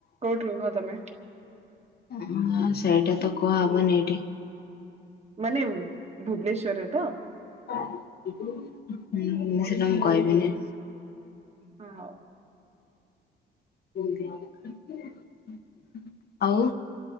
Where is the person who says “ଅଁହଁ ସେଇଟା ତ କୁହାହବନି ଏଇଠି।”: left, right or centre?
Left